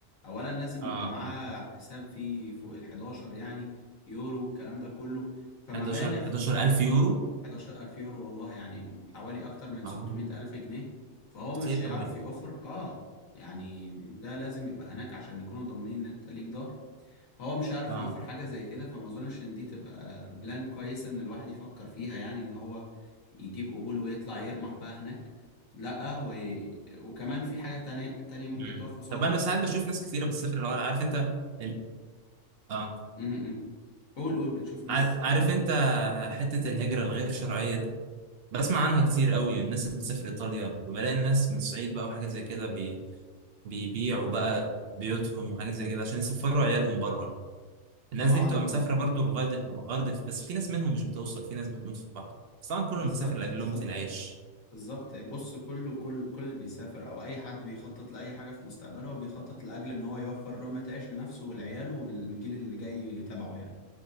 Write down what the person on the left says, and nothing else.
اولا لازم
يبقى معاه حساب فيه فوق ال 11 يعني يورو الكلام ده كله فمبالغ
11000 الف يورو والله يعني حوالي اكتر من 600
الف جنيه فهو
مش هيعرف
يوفر اه يعني ده لازم يبقى هناك عشان يكونوا ضامنين ان انت ليك ضهر هو مش عارف
يوفر حاجة زي كده فما اظنش ان دي تبقى بلان كويسة ان الواحد يفكر فيها يعني ان هو يجيب قبول ويطلع يرمح بقى هناك لا هو ي... وكمان في حاجة تانية تانية ممكن
تقف قصادك
م- م. قول قول بتشوف ناس
ازاي
طبعا
بالظبط
بالظبط
بالظبط بص كله كل كل اللي بيسافر او اي حد بيخطط لاي حاجه في مستقبله هو بيخطط لاجل ان هو يوفر لقمه عيش لنفسه ولعياله والجيل اللي جاي تبعه يعني